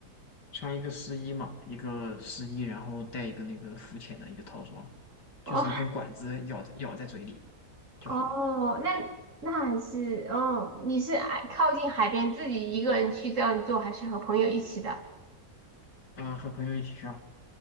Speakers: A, on the left; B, on the right.
A: 穿一个湿衣嘛，一个湿衣，然后带一个那个浮潜的一个套装，
B: 哦
A: 就是一根管子咬在咬在嘴里
B: 哦，
A: 就好了。
B: 那那还是哦，你是爱靠近海边自己一个人去这样做，还是和朋友一起的？
A: 嗯、和朋友一起去啊